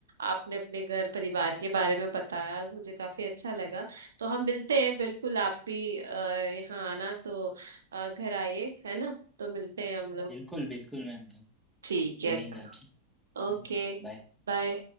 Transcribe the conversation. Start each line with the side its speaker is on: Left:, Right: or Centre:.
Right: आपने अपने घर परिवार के बारे में बताया मुझे काफी अच्छा लगा तो हम मिलते हैं बिल्कुल आप भी अ, यहाँ आना तो अ, घर आइए है ना तो मिलते हैं हम लोग
Centre: बिल्कुल बिल्कुल मैम तो
Right: ठीक है
Centre: मिलेंगे आपसे है
Right: ओके
Centre: नहीं बाय
Right: बाय